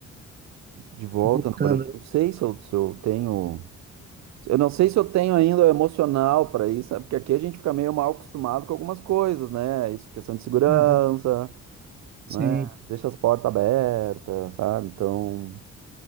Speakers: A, on the right; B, on the right.
A: de volta
B: Voltando.
A: no Brasil. Não sei se eu, se eu tenho. Eu não sei se eu tenho ainda o emocional para isso, sabe? Porque aqui a gente fica meio mal acostumado com algumas coisas, né? Isso, questão de segurança
B: Aham. Sim.
A: né? Deixa as portas abertas, sabe? Então,